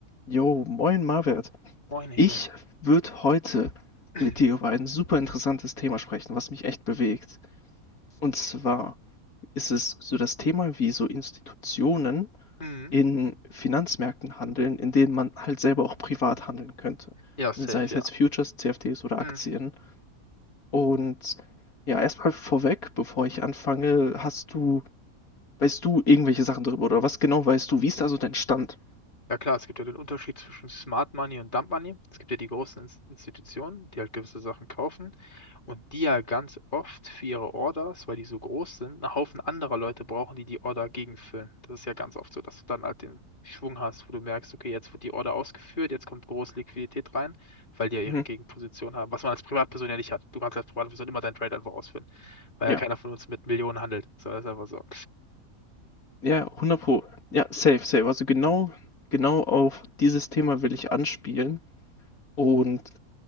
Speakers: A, on the left (about 80°); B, on the left (about 35°).
A: Jo, moin Marwert.
B: Moin Emil.
A: Ich würde heute
B: <clears throat>
A: mit dir über ein super interessantes Thema sprechen, was mich echt bewegt. Und zwar ist es so das Thema, wie so Institutionen
B: Mhm.
A: in Finanzmärkten handeln, in denen man halt selber auch privat handeln könnte.
B: Ja, safe,
A: Ne, Sei es jetzt
B: ja.
A: Futures, CFDs oder Aktien.
B: Mhm.
A: Und ja, erstmal vorweg, bevor ich anfange, hast du, weißt du irgendwelche Sachen darüber oder was genau weißt du? Wie ist da so dein Stand?
B: Ja klar, es gibt ja den Unterschied zwischen Smart Money und Dump Money. Es gibt ja die großen Ins- Institutionen, die halt gewisse Sachen kaufen und die ja ganz oft für ihre Orders, weil die so groß sind, einen Haufen anderer Leute brauchen, die die Order gegenfüllen. Das ist ja ganz oft so, dass du dann halt den Schwung hast, wo du merkst, okay, jetzt wird die Order ausgeführt, jetzt kommt große Liquidität rein, weil die ja ihre
A: Mhm.
B: Gegenposition haben, was man als Privatperson ja nicht hat. Du kannst als Privatperson immer deinen Trade einfach ausführen, weil
A: Ja.
B: ja keiner von uns mit Millionen handelt. So, das ist einfach so.
A: Ja, 100 Pro. Ja, safe, safe. Also genau, genau auf dieses Thema will ich anspielen. Und